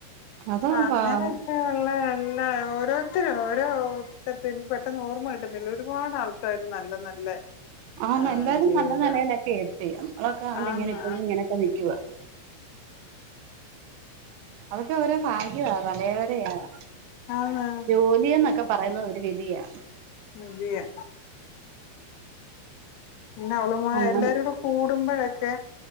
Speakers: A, on the right; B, on the left.
A: അതാ
B: അങ്ങനൊക്കെള്ള
A: വാ-
B: എല്ലാ ഓരോരുത്തരോ ഓർത്തട്ത് എനിക്ക് പെട്ടെന്ന് ഓർമ്മ കിട്ടുന്നില്ല ഒരുപാട് ആൾക്കാര് നല്ല നല്ല
A: ആ
B: ആഹ്
A: എല്ലാവരും
B: ജീവിത
A: നല്ല നിലയിലൊക്കെ എത്തി നമ്മളൊക്കെ കണ്ട്
B: ആന്ന്
A: ഇങ്ങനെ ഇപ്പോഴും ഇങ്ങനെയൊക്കെ നിൽക്കുവ അതൊക്കെ ഓരോ ഭാഗ്യവാ തലേ വരെയാണ്
B: ആന്ന്
A: ജോലി എന്നൊക്കെ പറയുന്നത് ഒരു വിധിയാ
B: അതെ യാ പിന്നെ അവള് മാര്
A: അങ്ങനെ
B: എല്ലാരും കൂടെ കൂടുമ്പോഴൊക്കെ